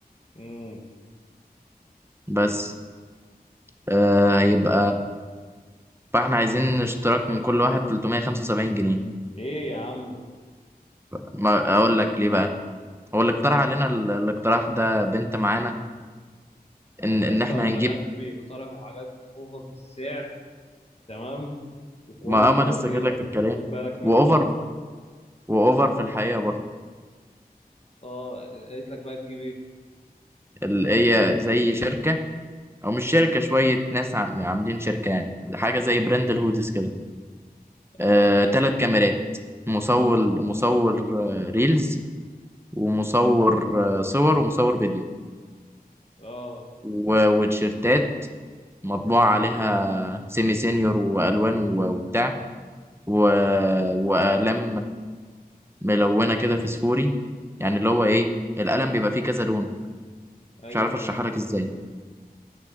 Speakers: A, on the left; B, on the right.
A: امم
B: بس آه هيبقى فاحنا عايزين اشتراك من كل واحد 375 جنيه
A: ايه يا عم
B: ما اقول لك ليه بقى هو اللي اقترح علينا ال- الاقتراح ده بنت معانا
A: بقى
B: ان
A: يا
B: ان
A: اسطى
B: احنا
A: البنات
B: هنجيب
A: بيقترحوا حاجات اوفر في السعر تمام وكواليتي
B: ما اما
A: راضيه
B: لسه جاي لك في الكلام
A: خد بالك من
B: واوفر
A: الحوار ده
B: واوفر في الحقيقه برضه
A: اه قالت لك بقى تجيب ايه
B: اللي هي زي شركه او مش شركه شويه ناس عم- عاملين شركه يعني حاجه زي براند الهودز كده
A: اه
B: آه ثلاث كاميرات مصور مصور آه، ريلز ومصور آه، صور ومصور فيديو
A: اه
B: و- وتيشيرتات مطبوع عليها سيمي سينيور والوان و- وبتاع و- واقلام ملونه كده فسفوري يعني اللي هو ايه القلم بيبقى فيه كذا لون
A: ايوه
B: مش عارف اشرحها
A: ايوه
B: لك ازاي